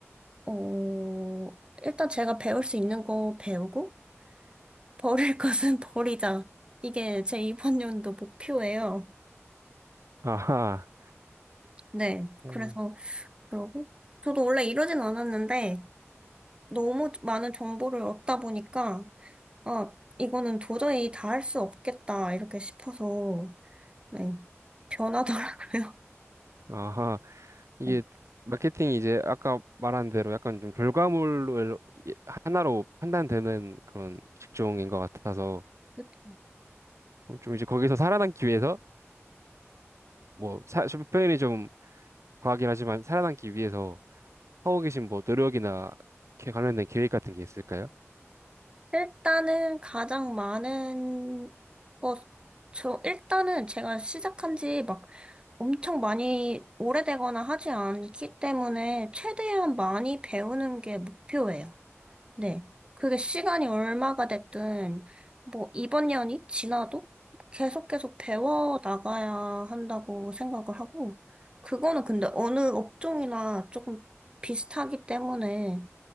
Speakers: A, on the right (about 20°); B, on the right (about 75°).
A: 어, 일단 제가 배울 수 있는 거 배우고, 버릴 <laughs> 것은 버리자. 이게 제 이번 연도 목표예요.
B: 아하.
A: 네.
B: 오.
A: 그래서, 그러고, 저도 원래 이러진 않았는데, 너무 많은 정보를 얻다 보니까, 아, 이거는 도저히 다 할 수 없겠다, 이렇게 싶어서, 네, 변하더라고요.
B: 아하. 이게
A: <laughs>
B: 마케팅이 이제 아까 말한 대로 약간 좀 결과물을 이- 하나로 판단되는 그런 직종인 것 같아서
A: 네.
B: 그럼 좀 이제 거기서 살아남기 위해서 뭐 사, 좀 표현이 좀 과하긴 하지만 살아남기 위해서 하고 계신 뭐 노력이나 이렇게 관련된 계획 같은 게 있을까요?
A: 일단은 가장 많은 것, 저, 일단은 제가 시작한 지 막 엄청 많이 오래되거나 하지 않기 때문에 최대한 많이 배우는 게 목표예요. 네. 그게 시간이 얼마가 됐든, 뭐, 이번 년이 지나도 계속 계속 배워 나가야 한다고 생각을 하고, 그거는 근데 어느 업종이나 조금 비슷하기 때문에,